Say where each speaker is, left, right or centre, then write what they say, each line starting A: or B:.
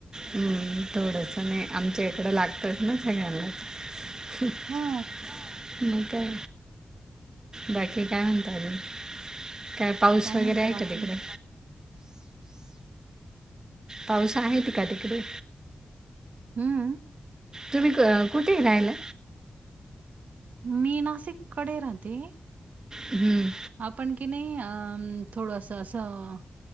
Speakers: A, on the right; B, on the right.
A: हूं थोडस मीठ, आमच्या इकडं लागतच ना सगळ्यांला. आणि
B: हा
A: काय, बाकी काय म्हणता अजून. काय पाऊस वगैरे
B: म्हणता
A: आहे
B: बाकी
A: का तिकडे? पाऊस आहे ती का तिकडे!
B: हूं!
A: तुम्ही क कुठेय राहयला?
B: मी नासिक कडे राहते,
A: हम्म,
B: आपण की नही अम थोडस असं!